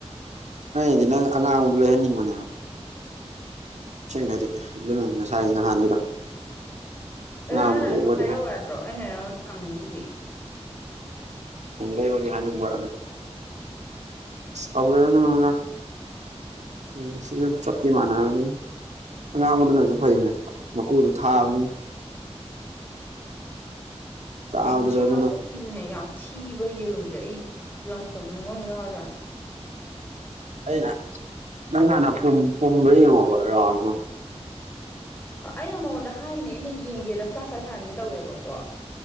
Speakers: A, on the right; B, on the left.
A: ꯑꯗꯤ ꯅꯪ ꯑꯉꯥꯡꯗꯣ ꯂꯩꯍꯟꯅꯤꯡꯕꯅꯦꯕ ꯁꯤꯕꯗꯤ ꯑꯗꯨꯅ ꯉꯁꯥꯏ ꯅꯍꯥꯟꯒꯤꯗꯣ
B: ꯑꯗꯨ
A: ꯑꯉꯥꯡꯕꯗꯣ
B: ꯅꯪꯅ
A: ꯂꯩꯌꯣꯗꯤ
B: ꯑꯗꯨꯝ ꯍꯥꯏꯔꯛꯎ
A: ꯍꯥꯏ
B: ꯌꯥꯗ꯭ꯔꯣ ꯑꯩꯅ ꯅꯪꯉꯣꯟ ꯍꯪꯉꯤ ꯗꯨꯗꯤ
A: ꯎ ꯂꯩꯔꯗꯤ ꯍꯥꯏꯅꯤꯡꯕ꯭ꯔ ꯑꯗ ꯑ ꯇꯧꯖꯔꯁꯅꯨꯗ ꯎ ꯁꯤ ꯆꯠꯇꯤ ꯃꯥꯅꯗꯤ ꯑꯉꯥꯡꯕꯗꯨꯅꯁꯨ ꯐꯩꯅꯦ ꯃꯀꯨꯗꯨ ꯊꯥꯕꯅꯤ ꯆꯥꯕꯗꯁꯨ
B: ꯎꯝ ꯁꯤꯡ
A: ꯑꯗꯨꯅ
B: ꯃꯁꯛꯁꯤꯁꯨꯅꯦ ꯌꯥꯝ ꯊꯤ ꯀꯤꯕ ꯌꯦꯔꯨꯝꯁꯦ ꯑꯩ ꯂꯪꯊꯣꯛꯅꯤꯡꯕ ꯑꯃ ꯌꯥꯎꯔꯖꯥꯠꯅꯤ
A: ꯑꯩꯅ ꯅꯪ ꯍꯥꯟꯅ ꯄꯨꯝꯕ ꯌꯦꯡꯉꯣꯕ ꯔꯥꯎ ꯑꯃ
B: ꯑꯩꯅ ꯃꯉꯣꯟꯗ ꯍꯥꯏꯅꯦ ꯑꯩꯅ ꯌꯦꯡꯒꯦꯅ ꯐ꯭ꯂꯥꯁꯥꯁꯇꯥꯏꯠ ꯊꯥꯟꯒꯦ ꯇꯧꯋꯦꯕꯀꯣ